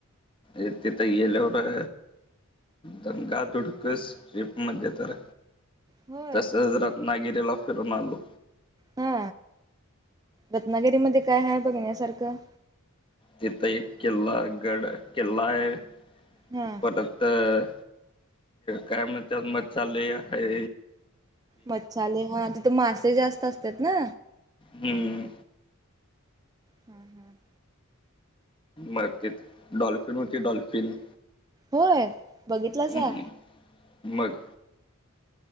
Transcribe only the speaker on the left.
एक तिथ गेल्यावर दंगा दुडकस लिफ्ट मध्ये जरा
तस जरा नागीरे लॉक करून आलो.
तिथ एक किल्ला, गड किल्ला आहे
परत तर काय म्हणतात मच्छ्या आनलया हे
हम्म.
मग तीथ डॉल्फिन होती डॉल्फिन.
हम्म, मग